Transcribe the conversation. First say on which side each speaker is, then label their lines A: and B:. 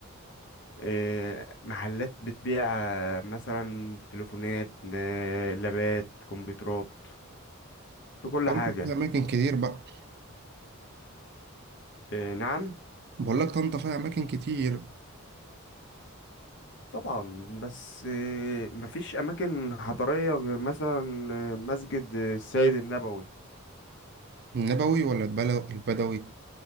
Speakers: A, on the left (about 55°); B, on the right (about 50°).
A: آه، محلات بتبيع آه، مثلا تليفونات آه، لابات كمبيوترات في كل
B: طنطا
A: حاجة
B: فيها اماكن كتير بقى
A: آه، نعم
B: بقول لك طنطا فيها اماكن كتير
A: طبعا بس آه، مفيش أماكن حضارية غير مثلا آه، مسجد السيد النبوي
B: النبوي ولا البلو- البدوي